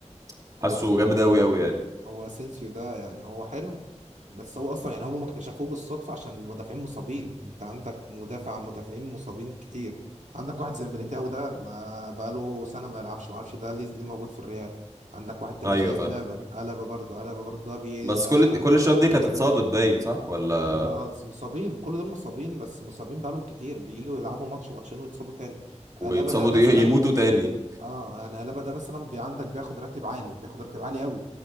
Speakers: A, on the right; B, on the right.
A: وحاسه
B: هو
A: جامد قوي قوي يعني
B: هو اسينسيو ده يعني هو حلو بس هو اصلا يعني هم اكتشفوه بالصدفه عشان المدافعين مصابين انت عندك مدافع مدافعين مصابين كتير عندك واحد زي ميليتاو ده ما بقاله سنه ما يلعبش ما اعرفش ده ليه ليه موجود في الريال عندك واحد تاني
A: ايوه
B: زي
A: فاهم
B: ألابا ألابا برضه ألابا برضه ده بي
A: بس
B: ده
A: كل
B: انا
A: كل الشباب دي كانت اتصابت باين صح ولا
B: اه مصابين كل دول مصابين بس مصابين بقالهم كتير بييجوا يلعبوا ماتش ماتشين ويتصابوا تاني
A: ويتصابوا
B: ألابا ده مثلا
A: ت- يموتوا تاني
B: اه يعني قلابه ده مثلا بي عندك بياخد راتب عالي بياخد راتب عالي قوي